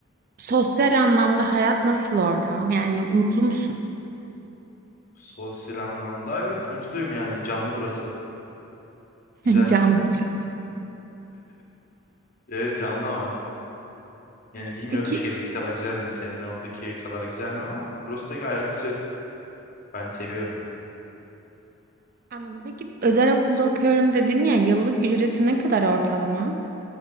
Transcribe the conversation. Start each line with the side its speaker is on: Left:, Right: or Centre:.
Right: sosyal anlamda hayat nasıl orada? Yani mutlu musun?
Left: Sosyal anlamda evet mutluyum yani. Canlı burası. Güzel.
Right: <laughs> Canlı burası.
Left: E, canlı ama. Yani bilmiyorum
Right: Peki
Left: şeydeki kadar güzel mi? Senin oradaki kadar güzel mi ama burası da gayet güzel. Ben seviyorum.
Right: anladım. Peki özel okulda okuyorum dedin ya yıllık ücreti ne kadar ortalama?